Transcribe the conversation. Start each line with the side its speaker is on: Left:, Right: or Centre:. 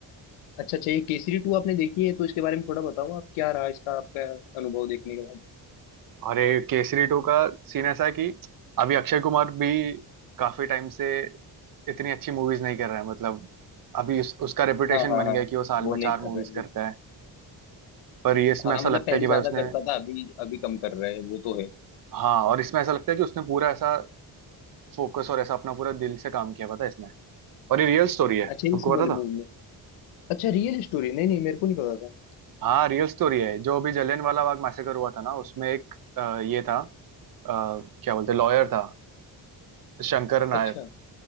Left: अच्छा अच्छा ये केसरी टू आपने देखी है तो इसके बारे में थोड़ा बताओ आप क्या रहा इसका आपका अनुभव देखने के बाद
Right: अरे केसरी टू का सीन ऐसा है कि अभी अक्षय कुमार भी काफी टाइम से इतनी अच्छी मूवीज नहीं कर रहा है मतलब अभी उस, उसका रेपुटेशन
Left: हाँ हाँ
Right: बन
Left: हाँ
Right: गया है कि वो साल
Left: वो
Right: में
Left: नहीं
Right: चार
Left: कर
Right: मूवीज
Left: रहे
Right: करता है पर ये इसमें
Left: हाँ
Right: ऐसा
Left: मतलब
Right: लगता
Left: पहले
Right: है कि
Left: ज्यादा
Right: भाई उसने
Left: करता था अभी अभी कम कर रहा है वो तो है
Right: हाँ और इसमें ऐसा लगता है कि उसने पूरा ऐसा फोकस और ऐसा अपना पूरा दिल से काम किया पता है इसमें और ये रियल स्टोरी है
Left: अच्छा
Right: तुमको
Left: इस वाले
Right: पता था
Left: मूवी में अच्छा रियल स्टोरी नहीं नहीं मेरे को नहीं पता था
Right: हाँ रियल स्टोरी है जो अभी जलियांवाला बाग मैसेकर हुआ था ना उसमें एक अ, ये था अ, क्या बोलते लॉयर था शंकर नायर
Left: अच्छा